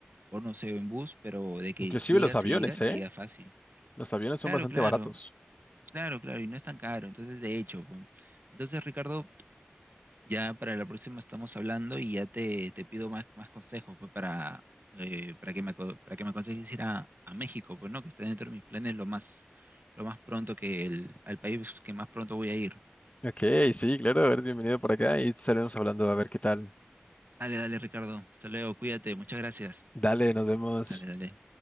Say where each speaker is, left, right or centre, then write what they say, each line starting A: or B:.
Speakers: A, on the right; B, on the left.
A: no sé, en bus, pero de que
B: inclusive
A: llega,
B: los
A: se
B: aviones,
A: llega, se
B: ¿eh?
A: llega fácil.
B: Los aviones son
A: Claro,
B: bastante
A: claro,
B: baratos.
A: claro, claro, y no es tan caro, entonces de hecho, pues. Entonces, Ricardo, ya para la próxima estamos hablando y ya te, te pido más, más consejos, pues, para, eh, para que me, aco- para que me aconsejes ir a, a México, pues, ¿no? Que está dentro de mis planes lo más, lo más pronto que el, al país que más pronto voy a ir.
B: Ok, sí, claro, a ver, bienvenido por acá y estaremos hablando a ver qué tal.
A: Dale, dale, Ricardo, hasta luego, cuídate, muchas gracias.
B: Dale, nos vemos.
A: Dale, dale.